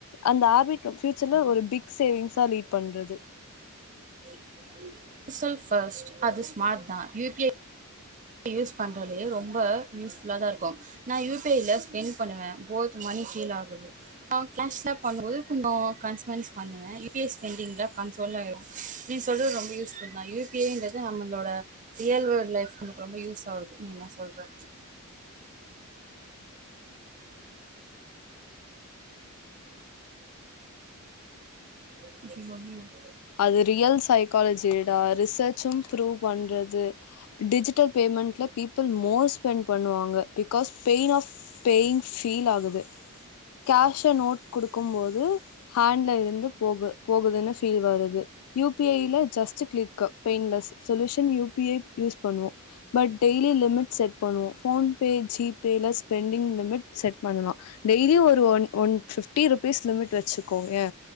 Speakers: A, on the left; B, on the right.
A: அந்த ஹபிட் பியூச்சர்ல ஒரு பிக் சேவிங்ஸா லீட் பண்றது
B: <inaudible> செல்ஃப் ஃபர்ஸ்ட் அது ஸ்மார்ட் தா யூ பி ஐ யூஸ் பண்றோலையா ரொம்ப யூஸ்ஃபுல்லா தா இருக்கோ நா யு பி ஐ ல ஸ்பெண்ட் பண்ணுவ போத் மணி ஃபீல் ஆகுது நா கேஷ்லப் பண்ணும்போது கொஞ்சம் கன்ஸ்வென்ஸ் பண்ணுவேன் யு பி ஐ ஸ்பெண்டிங்ல கன்ரோல ஆயிரு நீங்க சொல்றது ரொம்ப யூஸ்ஃபுல் தான் யு பி ஐன்றது நம்மளோட ரியல்வே லைஃப் ரொம்ப யூஸ் ஆகுது நீ என்ன சொல்ற <unintelligible>
A: அது ரியல் சைக்காலஜிடா ரிசர்ச்சும் திருப் பண்றது டிஜிட்டல் பேமெண்ட்ல பீப்பிள் மோர் ஸ்பெண்ட் பண்ணுவாங்க because pain ah paying feel ஆகுது கேஷ் ஆ நோட் கொடுக்கும் போது ஹேண்ட்ல இருந்து போக போகுதுன்னு ஃபீல் வரு து U P I just click painless solution U P I use பண்ணுவோ பட் டெய்லி லிமிட் செட் பண்ணுவோ போன் பே ஜிபே ல ஸ்பெண்டிங் லிட்மிட் செட் பண்ணலா டெய்லி ஒரு one one fifty rupees limit வச்சுக்கோ ஏ